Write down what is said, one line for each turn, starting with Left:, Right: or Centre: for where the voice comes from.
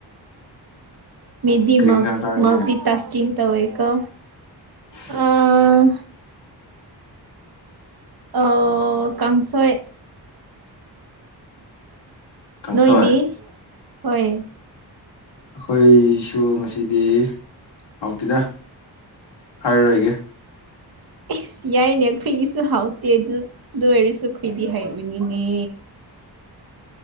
Right: ꯃꯤꯗꯤ
Left: ꯀꯔꯤ
Right: ꯃ
Left: ꯍꯤꯟꯖꯥꯡ ꯆꯥꯔꯒꯦ
Right: ꯃꯜꯇꯤ ꯇꯥꯁꯀꯤꯡ ꯇꯧꯋꯦꯀꯣ
Left: <inaudible>
Right: ꯑꯥ ꯑꯣ ꯀꯪꯁꯣꯏ
Left: ꯀꯥꯡꯁꯣꯏ
Right: ꯅꯣꯏꯗꯤ ꯍꯣꯏ
Left: ꯑꯈꯣꯏꯁꯨ ꯉꯁꯤꯗꯤ ꯍꯥꯎꯇꯦꯗ ꯍꯥꯏꯔꯔꯣꯏꯒꯦ
Right: ꯏꯁ ꯌꯥꯏꯅꯦ ꯑꯩꯈꯣꯏꯒꯤꯁꯨ ꯍꯥꯎꯇꯦ ꯑꯗꯨ ꯑꯗꯨ ꯑꯣꯏꯔꯁꯨ ꯑꯩꯈꯣꯏꯗꯤ ꯍꯩꯕꯅꯤꯅꯦ